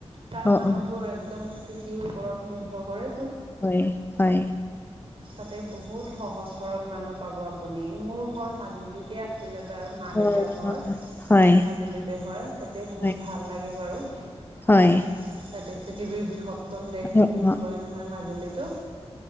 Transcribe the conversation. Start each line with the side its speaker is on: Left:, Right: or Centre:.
Right: তাৰ
Left: অ
Right: মানুহবোৰ
Left: অ
Right: একদম কৃষি সিৰ ওপৰত নিৰ্ভৰ কৰে।
Left: হয় হয়।
Right: তাতে বহুত সহজ-সৰল মানুহ পাব আপুনি, মোৰ ঘৰ মাজুলীতে আছিলে বাৰু মা-দেউতাৰ
Left: অ
Right: ঘৰ
Left: হয়
Right: মাজুলীতে হয়, তাতে বহুত
Left: হয়
Right: ভাল লাগে বাৰু তাতে
Left: হয়
Right: পৃথিৱীৰ বৃহত উত্তম দেশ
Left: অ
Right: বুলিও
Left: অ
Right: কয় নহয় মাজুলীতটো।